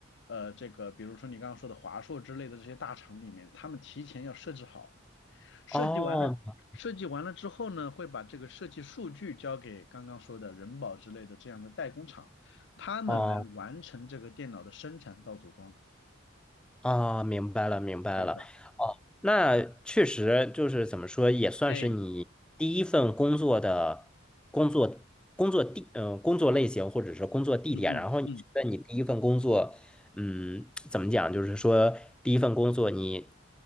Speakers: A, on the left (about 65°); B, in the centre.
A: 呃，这个比如说你刚刚说的华硕之类的这些大厂里面，他们提前要设置好，设计完了，
B: 哦
A: 设计完了之后呢，会把这个设计数据交给刚刚说的人保之类的这样的代工厂，他们来完成这个电脑的生产到组装。
B: 哦。啊，明白了，明白了。
A: 对的，
B: 哦，那确实就是怎么说，也算是你第一份工作的工作工作地，
A: 哎，
B: 嗯、工作类型或者是工作地点。
A: 嗯嗯嗯。
B: 然后你觉得你第一份工作，嗯，怎么讲？就是说第一份工作你